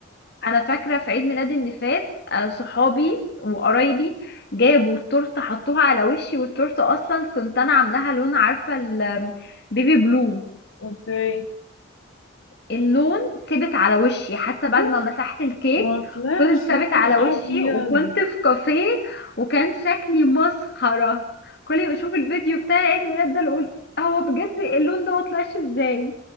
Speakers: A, on the left; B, on the left.
A: انا فاكره في عيد ميلادي اللي فات آه، صحابي وقرايبي جابوا التورته حطوها على وشي والتورته اصلا كنت انا عاملاها لون عارفه البيبي بلو
B: أوكي
A: اللون ثبت على وشي حتى بعد
B: أوف
A: ما مسحت الكيك
B: ما طلعش
A: فضل ثابت
B: يا نهار
A: على وشي
B: أبيض
A: وكنت في كافيه وكان شكلي مسخره كل ما اشوف الفيديو بتاع عيد الميلاد ده اقول هو بجد اللون ده ما طلعش ازاي